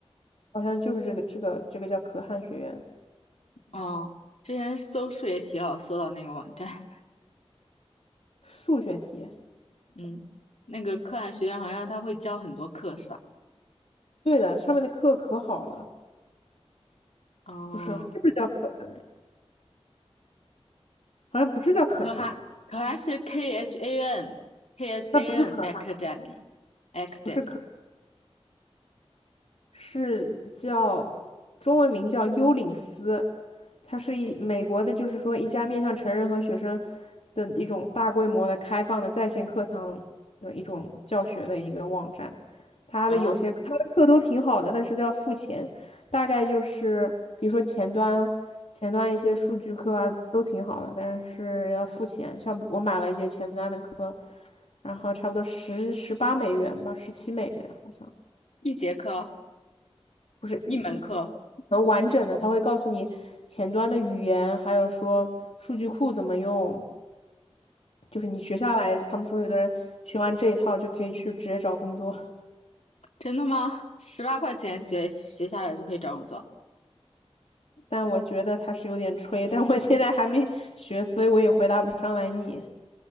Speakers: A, on the left (about 70°); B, on the left (about 90°).
A: 好像就是这个这个这个叫可汗学院，
B: 啊，哦，之前搜数学题老搜到那个网站，
A: 数学题。
B: <laughs> 嗯，那个可汗学院好像他会教很多课是吧？
A: 对的，上面的课可好了，
B: 哦，
A: 不是是不是叫可汗？好像不是叫可汗，
B: 可汗可汗是 K H A N K H
A: 那不是可汗，
B: A N Academy Academy
A: 不是可。是叫中文名叫幽灵司，它是一美国的，就是说一家面向成人和学生的一种大规模的开放的在线课堂的一种教学的一个网站。它的有些它的课都挺好的，
B: 啊，
A: 但是都要付钱，大概就是比如说前端前端一些数据课啊都挺好的，但是要付钱。像我买了一节前端的课，然后差不多十十八美元吧，十七美元好像。
B: 一节课
A: 不是一一一能完整的，
B: 一门课，
A: 它会告诉你前端的语言，还有说数据库怎么用。就是你学下来，他们说有的人学完这一套就可以去直接找工作，
B: 真的吗？十八块钱学学下来就可以找工作，
A: 但我觉得他是有点吹，但我现在还没学，所以我也回答不上来你。